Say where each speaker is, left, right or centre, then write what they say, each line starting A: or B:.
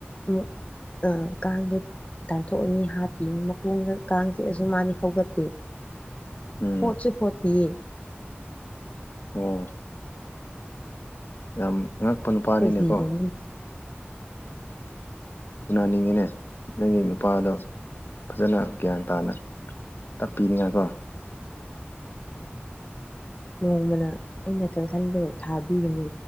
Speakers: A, on the left (about 30°); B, on the left (about 55°).
A: ꯑꯃꯨꯛ ꯀꯥꯡꯗꯣ ꯇꯥꯟꯊꯣꯛꯑꯅꯤ ꯍꯥꯞꯄꯤ ꯃꯈꯣꯡꯗ ꯀꯥꯡ꫰ꯆꯤꯛꯑꯁꯨ ꯃꯥꯗꯤ ꯍꯧꯒꯠꯇꯦ
B: ꯎꯝ
A: ꯍꯣꯠꯁꯨ ꯍꯣꯠꯄꯤꯑꯦ
B: ꯑꯣ ꯌꯥꯝ ꯑꯉꯛꯄ ꯅꯨꯄꯥꯅꯤꯅꯦꯀꯣ
A: ꯖꯤꯕ ꯑꯃꯅꯤ
B: ꯎꯅꯅꯤꯡꯉꯤꯅꯦ ꯅꯪꯒꯤ ꯅꯨꯄꯥꯗꯣ ꯐꯖꯅ ꯒ꯭ꯌꯥꯟ ꯇꯥꯅ ꯇꯥꯛꯄꯤꯅꯤꯉꯥꯏꯀꯣ
A: ꯅꯣꯡꯃꯅ ꯑꯩꯅ ꯀꯥꯡꯈꯟꯗꯣ ꯊꯥꯕꯤꯒꯅꯤ